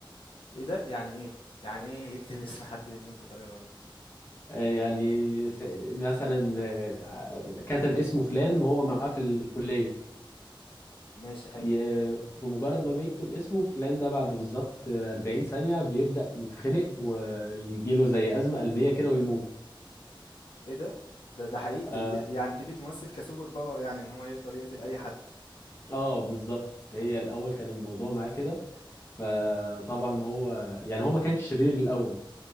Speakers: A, on the left (about 75°); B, on the left (about 30°).
A: إيه ده! يعني إيه! يعني إيه يكتب <laughs> اسم حد يموت بطريقة غامضة،
B: آه، يعني س- مثلا آه، كتب اسمه فلان وهو معاه في الكلية
A: ماشي حلو،
B: ي- بمجرد ما بيكتب اسمه فلان ده بعد بالظبط 40 ثانية بيبدأ يتخنق ويجيله زي أزمة قلبية كده ويموت
A: إيه ده! ده ده حقيقي د
B: اه
A: د يعني دي بتمثل كsuper power يعني إن هو يقدر يقتل أي حد،
B: آه، بالظبط هي الأول كان الموضوع معاه كده فطبعا هو يعني هو ما كانش شرير الأول